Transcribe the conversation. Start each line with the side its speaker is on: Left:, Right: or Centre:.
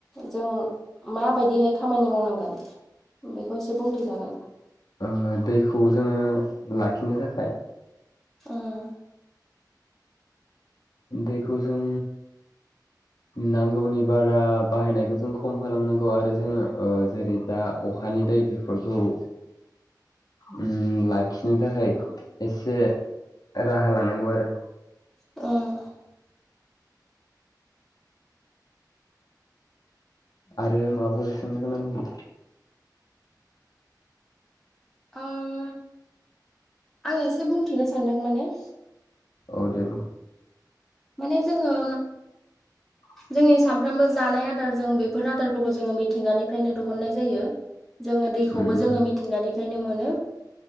Centre: जों मा बायदिहाय खामानि मावनांगोन बेखौ एसे बुंथिजागोन।
Left: ओ दैखौ जोङो लाखिनो थाखाय
Centre: उम
Left: दैखौ जों नांगौनि बारा बाहायनायखौ जों जों खम खालामनांगौ आरो जोङो ओ जेरै दा अखानि दै बेफोरखौ उम लाखिनो थाखाय एसे राहा लानांगौ आरो।
Centre: उम
Left: आरो माबाफोर सोंनो गोनां दंबावो?
Centre: ओ आं एसे बुंथिनो सानदों माने।
Left: औ दे बुं।
Centre: माने जोङो
Left: <inaudible>
Centre: जोंनि सामफ्रोमबो जानाय आदार जों बेफोर आदारफोरखौ जोङो मिथिंगानिफ्रायनो दहननाय जायो। जोङो दैखौबो
Left: उम
Centre: जोङो मिथिंगानिफ्रायनो मोनो